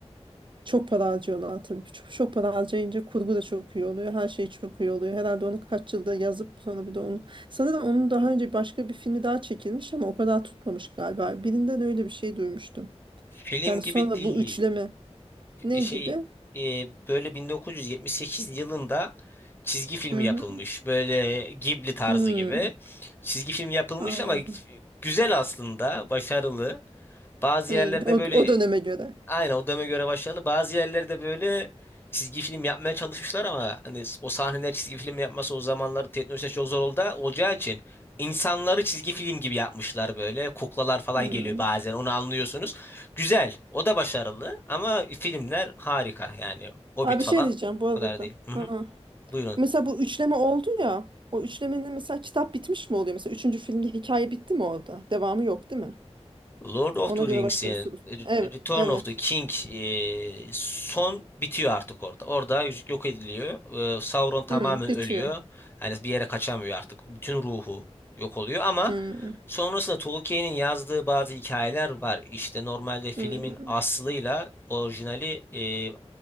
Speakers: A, on the right; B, on the left.
A: çok para harcıyorlar tabii. Çok, çok para harcayınca kurgu da çok iyi oluyor. Her şey çok iyi oluyor. Herhalde onu kaç yılda yazıp sonra bir de onu. Sanırım onun daha önce başka bir filmi daha çekilmiş ama o kadar tutmamış galiba. Birinden öyle bir şey duymuştum.
B: Film
A: Yani
B: gibi
A: sonra
B: değil.
A: bu üçleme ne
B: şey
A: gibi?
B: e, böyle 1978 yılında çizgi filmi
A: Hı
B: yapılmış.
A: hı.
B: Böyle Ghibli tarzı
A: Hmm.
B: gibi. Çizgi filmi yapılmış
A: Anladım.
B: ama güzel aslında, başarılı. Bazı
A: Hmm.
B: yerlerde
A: O,
B: böyle
A: o döneme göre.
B: Aynen o döneme göre başarılı. Bazı yerlerde böyle çizgi film yapmaya çalışmışlar ama hani o sahneler çizgi film yapması o zamanlar teknolojisi çok zor oldu, olacağı için insanları çizgi film gibi yapmışlar böyle. Kuklalar falan
A: Hmm.
B: geliyor bazen onu anlıyorsunuz. Güzel o da başarılı ama filmler harika yani Hobbit
A: Abi bir
B: falan
A: şey diyeceğim bu arada
B: o kadar değil. Hı hı.
A: Ha.
B: Buyurun.
A: Mesela bu üçleme oldu ya. O üçlemenin mesela kitap bitmiş mi oluyor? Mesela üçüncü filmde hikaye bitti mi orada? Devamı yok değil mi?
B: Lord of
A: Ona
B: the
A: göre
B: Rings'in
A: başka bir soru.
B: e,
A: Evet.
B: Return
A: Evet.
B: of the King e, son bitiyor artık orada. Orada yüzük yok ediliyor. E, Sauron tamamen
A: Hmm, bitiyor.
B: ölüyor. Hani bir yere kaçamıyor artık. Bütün ruhu yok oluyor ama
A: Hmm,
B: sonrasında Tolkien'in yazdığı bazı hikayeler var. İşte normalde filmin
A: hmm.
B: aslıyla orijinali e,